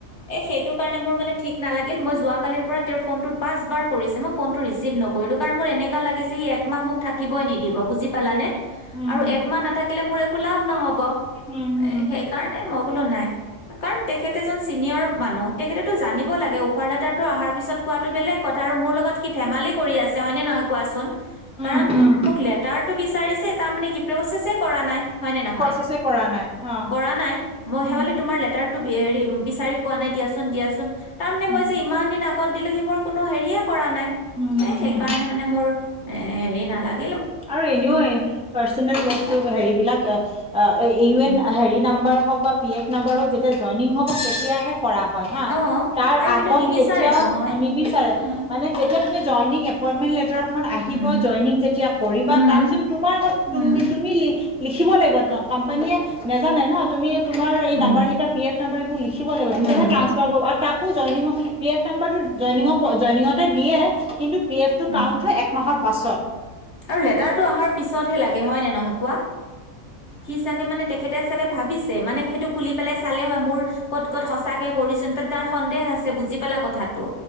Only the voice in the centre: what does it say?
উম
হম
উম হম
উম উম
প্ৰচেছে কৰা নাই অ
উম
উম
উম হম
হম
আৰু এনেও পাৰ্চনেল বস্তু হেৰিবিলাক অ এ ইভেন
হেৰি না নাম্বাৰ হওক বা পি এফ নাম্বাৰ হওক যেতিয়া জইনিং হ'ব তেতিয়াহে কৰা হয় হা,
তাৰ
আগত
কেতিয়াও
নিবিচাৰে,
মানে যেতিয়া তুমি যইনিং এপইনমেণ্ট লে টাৰখন আহিব
জয়নিং যেতিয়া কৰিবা
তাৰপিছত তোমাৰ ক
তুম তুমি লিখিব লাগিব ন কোম্পানীয়ে নাজানাই ন তুমি তোমাৰ এই
নাম্বাৰ কেইটা পি এফ নাম্বাৰ এইবোৰ লিখিব লাগিব, তেতিয়াহে
ট্ৰাঞ্চফাৰ কৰিব আৰু তাকো জইনিং পি এফ নাম্বাৰটো জইনিঙ প জইনিঙতে দিয়ে কিন্তু পি এফ টো
কাউণ্ট হয় একমাহৰ পাছত